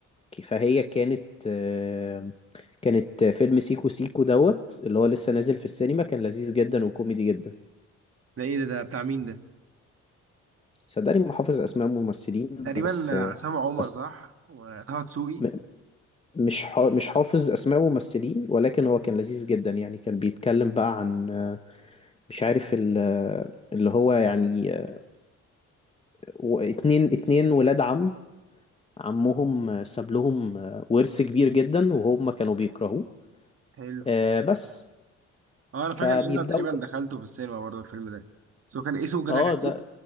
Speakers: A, on the left; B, on the right.
A: ك- فهي كانت آه، كانت فيلم سيكو سيكو دوت اللي هو لسه نازل في السينما كان لذيذ جدا وكوميدي جدا
B: ده ايه ده ده بتاع مين ده
A: صدقني ما حافظ اسماء ممثلين
B: تقريبا
A: بس
B: عصام
A: آه،
B: عمر
A: بس
B: صح وطه دسوقي
A: م- مش حا- مش حافظ اسماء ممثلين ولكن هو كان لذيذ جدا يعني كان بيتكلم بقى عن آه، مش عارف ال- آه، اللي هو يعني آه، و- اتنين اتنين ولاد عم عمهم آه، ساب لهم آه، ورث كبير جدا وهم كانوا بيكرهوه
B: حلو
A: آه، بس
B: اه انا
A: فبيبدأوا
B: فاكر ان انا تقريبا
A: بقى-
B: دخلته في السينما برضه الفيلم ده بس هو كان اسمه
A: اه
B: كده غريب
A: ده